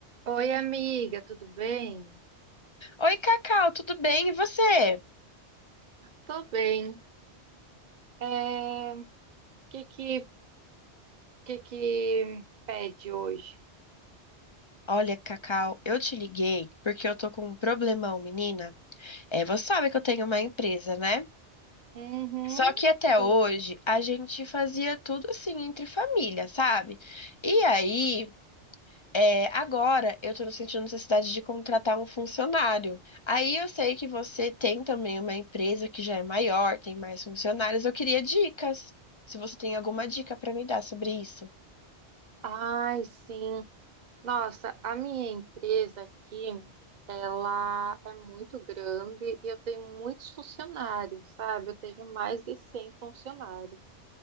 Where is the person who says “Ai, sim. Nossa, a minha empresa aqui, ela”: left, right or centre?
Right